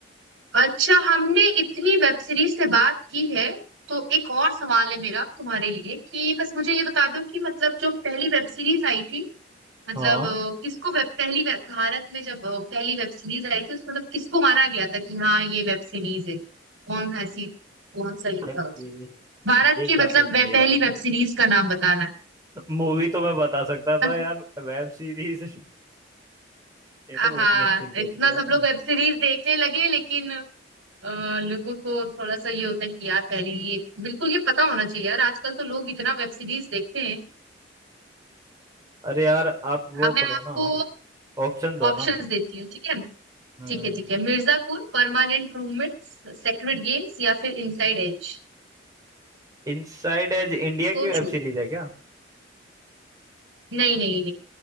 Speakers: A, on the right; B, on the right.
A: अच्छा हमने इतनी वेब सीरीज से बात की है तो एक और सवाल है मेरा तुम्हारे लिए कि बस मुझे ये बता दो कि मतलब जो पहली वेब सीरीज आई थी मतलब
B: हाँ
A: अ, किसको वेब पहली वेब भारत में जब अ, पहली वेब सीरीज आई थी उसमें मतलब किसको माना गया था कि हाँ ये वेब सीरीज है कौन ऐसी कौन सा ये
B: तब
A: था? उसे?
B: ये
A: भारत
B: ये
A: की
B: क्या
A: मतलब
B: पूछ
A: वे,
B: लिया
A: पहली
B: आपने
A: वेब सीरीज का नाम बताना है
B: मूवी तो मैं बता सकता
A: <laughs>
B: था यार वेब सीरीज <laughs> ये
A: हाँ
B: तो बहुत मुश्किल पूछ
A: इतना
B: लिया
A: सब
B: आपने
A: लोग वेब सीरीज देखने लगे लेकिन अ, लोगों को थोड़ा सा ये होता है कि यार पहले ये बिल्कुल ये पता होना चाहिए यार आजकल तो लोग इतना वेब सीरीज देखते हैं
B: अरे यार आप वो
A: हाँ मैं
B: करो
A: आपको
B: ना ऑप्शन दो
A: ऑप्शंस
B: ना
A: देती हूँ ठीक है
B: हम्म
A: ठीक है ठीक है Mirzapur permanent roommates secret games या फिर इनसाइड एज
B: इनसाइड एज इंडिया
A: सोचो
B: की वेब सीरीज है क्या
A: नहीं नहीं